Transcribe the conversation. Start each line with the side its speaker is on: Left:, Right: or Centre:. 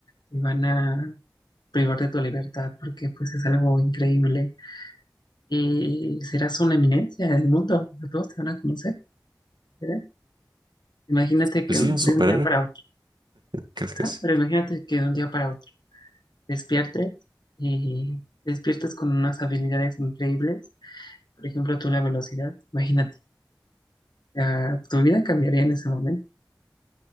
Left: te van a privar de tu libertad, porque pues es algo increíble. Y serás una eminencia del mundo, o sea, todos te van a conocer, ¿verdad? Imagínate
Right: Pues
Left: que
Right: sí,
Left: un-
Right: un superhéroe,
Left: de un día para otro,
Right: casi casi.
Left: ajá, pero imagínate que de un día para otro despiertes y despiertes con unas habilidades increíbles. Por ejemplo, tú la velocidad, imagínate, o sea, tu vida cambiaría en ese momento.